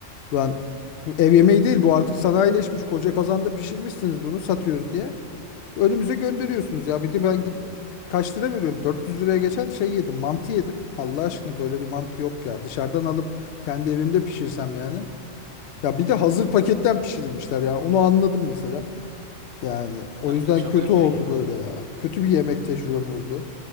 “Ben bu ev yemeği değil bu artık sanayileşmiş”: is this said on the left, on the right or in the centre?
Left